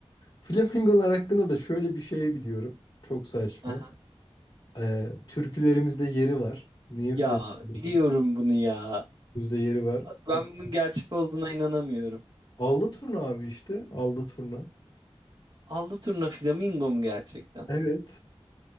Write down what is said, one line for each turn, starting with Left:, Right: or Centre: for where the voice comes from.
Left: Flamingolar hakkında da şöyle bir şey biliyorum. Çok saçma.
Right: Aha.
Left: E, türkülerimizde yeri var. Niye
Right: Ya
Left: flamingolarımızda
Right: biliyorum bunu ya.
Left: yeri var?
Right: Abi Ben
Left: Çok...
Right: bunun gerçek olduğuna inanamıyorum.
Left: Allı turna abi işte. Allı turna.
Right: Allı turna flamingo mu gerçekten?
Left: Evet.